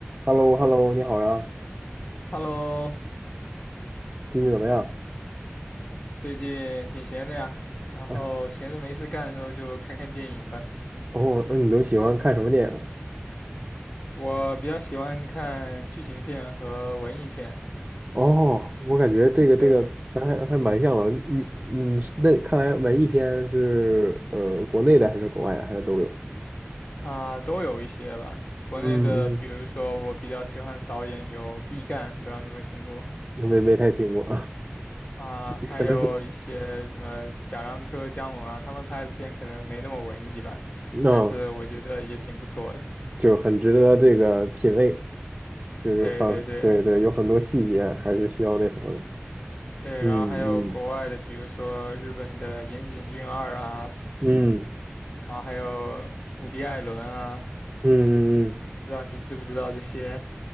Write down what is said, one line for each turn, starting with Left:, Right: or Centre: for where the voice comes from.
Right: h e l l o h e l l o 你好呀，
Left: Hello，
Right: 最近怎么样？
Left: 最近挺闲的呀，然后闲着没事干的时候就看看电影吧。
Right: 哎呦，哦，那你都喜欢看什么电影啊
Left: 我比较喜欢看剧情片和文艺片，
Right: 哦，我感觉这个这个咱还还蛮像的。
Left: 对
Right: 你你是那看来文艺片是呃国内的还是国外的还是都有？
Left: 啊，都有一些吧。国内的，
Right: 嗯
Left: 比如说我比较喜欢的导演有毕赣，不知道你有没有听过
Right: 嗯，没没太听过，
Left: 啊？
Right: <laughs>
Left: 还有一些什么贾樟柯、
Right: 可能是
Left: 姜文啊，他们拍的片可能没那么文艺吧，
Right: 那、
Left: 但是我觉得也挺不错的。
Right: 就很值得这个品味，就是反对对，
Left: 对对对
Right: 有很多细节还是需要那什么的。
Left: 对，
Right: 嗯嗯
Left: 然后还有国外的，比如说日本的岩井俊二啊。
Right: 嗯
Left: 然后还有伍迪·艾伦啊，
Right: 嗯嗯嗯，
Left: 不知道你知不知道这些